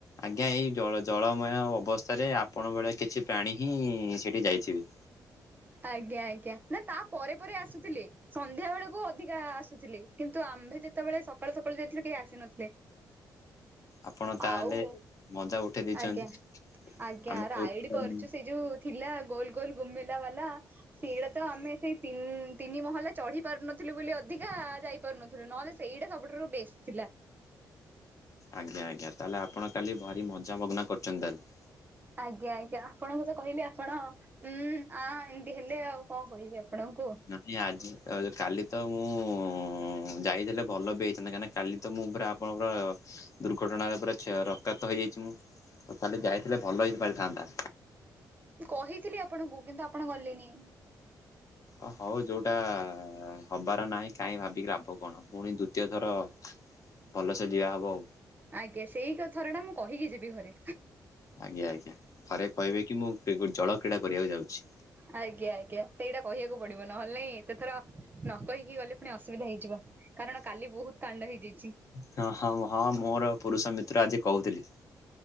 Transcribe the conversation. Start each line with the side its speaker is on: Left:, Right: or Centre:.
Left: ଆଜ୍ଞା ଏଇଜଳ ଜଳମୟ ଅବସ୍ଥାରେ ଆପଣ ବଳିଆ କିଛି ପ୍ରାଣୀ ହିଁ ସେଠି ଯାଇଥିବେ।
Right: ଆଜ୍ଞା ଆଜ୍ଞା ନା ତା ପରେ ପରେ ଆସୁଥିଲେ। ସନ୍ଧ୍ୟା ବେଳକୁ ଅଧିକା ଆସୁଥିଲେ କିନ୍ତୁ ଆମ୍ଭେ ଯେତେବେଳେ ସକାଳୁ ସକାଳୁ ଯାଇଥିଲୁ କେହି ଆସିନଥିଲେ।
Left: ଆପଣ ତାହେଲେ
Right: ଆଉ
Left: ମଜା ଉଠେଇ ଦେଇଛନ୍ତି।
Right: ଆଜ୍ଞା। ଆଜ୍ଞା
Left: ଆମେ
Right: ରାଇଡି
Left: ତ ଉଠେଇ ପାରୁନୁ।
Right: କରିଚୁ ସେଇ ଯୋଉ ଥିଲା ଗୋଲ ଗୋଲ ଗୁମେଇଲା ବାଲା ସେଇଡା ତ ଆମେ ସେଇ ତିନି ମହଲା ଚଢ଼ି ପାରୁନଥିଲୁ ବୋଲି ଅଧିକା ଯାଇପାରୁନଥିଲୁ ନହେଲେ ସେଇଟା ସବୁଠାରୁ ବେଷ୍ଟ ଥିଲା।
Left: ଆଜ୍ଞା ଆଜ୍ଞା ତାହେଲେ ଆପଣ କାଲି ଭାରି ମଜା ମଗ୍ନା କରୁଚନ୍ତି ତାହେଲେ।
Right: ଆଜ୍ଞା ଆଜ୍ଞା ଆପଣ କୁ ତ କହିଲି ଆପଣ ଉୁଁ ଆ ଏମିତି ହେଲେ ଆଉ କଣ କହିବି ଆପଣଙ୍କୁ।
Left: ଯଦି ଆଜି କାଲି ତ ମୁଁ ଯାଇଥିଲେ ଭଲ ବି ହେଇଥାନ୍ତା କାହିଁକା ନା କାଲି ତ ମୁଁ ପୁରା ଆପଣଙ୍କର ଦୁର୍ଘଟଣାରେ ପୁରା ଛ ରକ୍ତାତ ହେଇଯାଇଛି ମୁଁ। ତ କାଲି ଯାଇଥିଲେ ଭଲ ହେଇ ପାରିଥାନ୍ତା।
Right: କହିଥିଲି ଆପଣଙ୍କୁ କିନ୍ତୁ ଆପଣ ଗଲେନି।
Left: ଅ ହଉ ଯୋଉଟା ହବାର ନାହିଁ କାହିଁ ଭାବିକି ଲାଭ କଣ ପୁଣି ଦୁତୀୟ ଥର ଭଲସେ ଦିଆହବ ଆଉ।
Right: ଆଜ୍ଞା ସେଇ ଥର ଟା ମୁଁ କହିକି ଯିବି ଘରେ।
Left: ଆଜ୍ଞା ଆଜ୍ଞା ଘରେ କହିବେ କି ମୁଁ ପି ଉ ଜଳ କ୍ରୀଡା କରିବାକୁ ଯାଉଛି।
Right: ଆଜ୍ଞା ଆଜ୍ଞା ସେଇଟା କହିବାକୁ ପଡିବ ନହେଲେ ନାଇଁ ଏତେଥର ନ କହିକି ଗଲେ ପୁଣି ଅସୁବିଧା ହେଇଯିବ। କାରଣ କାଲି ବହୁତ୍ କାଣ୍ଡ ହେଇଯାଇଛି।
Left: ହଁ ହଁ ହଁ ମୋର ପୁରୁଷ ମିତ୍ର ଆଜି କହୁଥିଲି